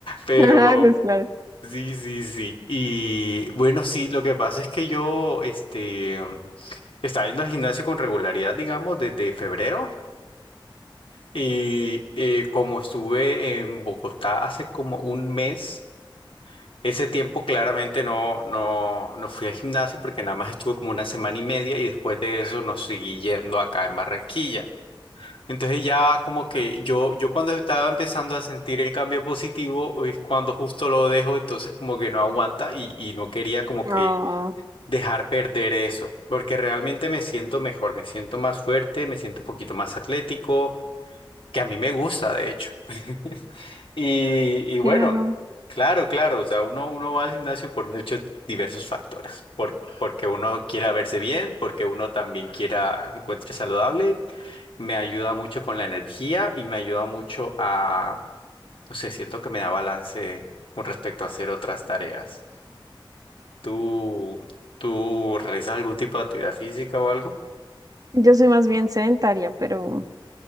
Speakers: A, on the left (about 80°); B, on the right (about 45°).
A: Pero,
B: <laughs> Ah, pues claro.
A: sí, sí, sí. Y bueno, sí, lo que pasa es que yo, este, estaba yendo al gimnasio con regularidad, digamos, desde febrero. Y eh, como estuve en Bogotá hace como un mes, ese tiempo claramente no, no, no fui al gimnasio porque nada más estuve como una semana y media y después de eso nos seguí yendo acá en Barranquilla. Entonces ya como que yo, yo cuando estaba empezando a sentir el cambio positivo es cuando justo lo dejo, entonces como que no aguanta y, y no quería como
B: no
A: que dejar perder eso, porque realmente me siento mejor, me siento más fuerte, me siento un poquito más atlético que a mí me gusta, de hecho. <laughs> Y, y
B: claro.
A: bueno, claro, claro, o sea, uno, uno va al gimnasio por muchos diversos factores, por, porque uno quiera verse bien, porque uno también quiera se encuentre saludable, me ayuda mucho con la energía y me ayuda mucho a, no sé, siento que me da balance con respecto a hacer otras tareas. ¿Tú, tú realizas algún tipo de actividad física o algo?
B: Yo soy más bien sedentaria, pero